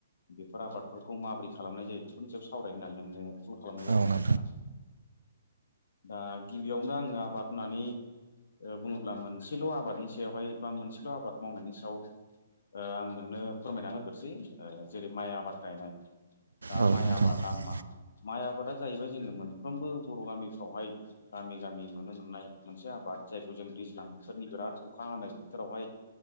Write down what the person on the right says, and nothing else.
औ
औ
औ नोंथां